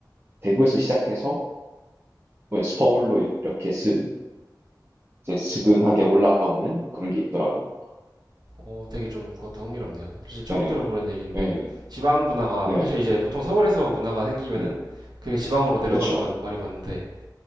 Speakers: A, on the right (about 30°); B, on the right (about 65°).
A: 대구에서 시작해서 뭐 서울로 이렇게 스, 이제 스근하게 올라오는 그런 게 있더라고.
B: 오, 되게 좀 그것도 흥미롭네요. 사실 처음
A: 예,
B: 들어보는 얘기인데
A: 예,
B: 지방 문화가
A: 네,
B: 사실 이제 보통 서울에서 문화가 생기면은
A: 음,
B: 그게 지방으로 내려가는
A: 그쵸,
B: 건 많이 봤는데